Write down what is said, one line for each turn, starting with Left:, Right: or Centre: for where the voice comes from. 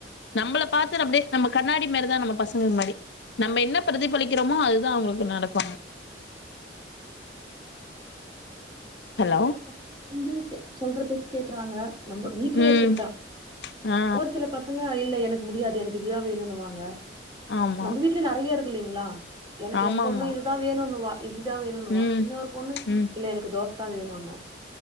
Left: நம்மள பாத்து டு அப்டியே நம்ம கண்ணாடி மாரிதா நம்ம பச அந்த மாரி நம்ம என்ன பிரதிபலிக்கிறோமோ அதுதா அவுங்களுக்கு நடக்குவாங்க ஹலோ
Right: ஒரு சில பசங்க வந்து கே சொல்ற பேச்சு கேக்குறாங்க நம்ம வீட்லயே
Left: ம்
Right: எடுத்துக்கிட்டா
Left: ஆ
Right: ஒரு சில ப ஸ் சங்களா இல்ல எனக்கு முடியாது எனக்கு இதுதா வேணுனு வாங்க
Left: ஆமா
Right: நம்ம வீட்லயே நெறைய இருக்கு இல்லைங்களா ஏனா
Left: ஆமாமா
Right: எ பொண்ணு இதுதா வேணுனுவா இட்லி தா வேணுனுவா
Left: ம்
Right: இன்னொரு பொண்ணு
Left: ம்
Right: இல்ல எனக்கு தோச தா வேணுனு